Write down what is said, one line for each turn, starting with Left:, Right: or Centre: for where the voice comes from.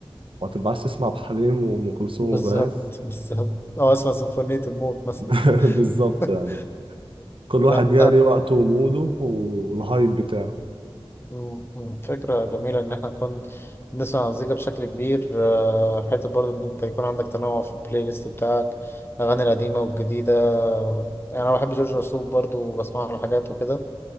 Right: وهتبقى عايز تسمع ابو حليم وام كلثوم
Left: بالظبط
Right: فاهم
Left: بالظبط أو أسمع سيمفونية الموت مثلا
Right: <laughs> بالظبط
Left: <laughs>
Right: يعني كل
Left: لا
Right: واحد جاي ليه وقته وموده والهايب بتاعه
Left: م- م- فكرة جميلة إن إحنا نكون بنسمع مزيكا بشكل كبير آه، حتة برضه إن أنت يكون عندك تنوع في البلاي ليست بتاعك الأغاني القديمة والجديدة يعني أنا بحب جورج وسوف برضه وبسمع له حاجات وكده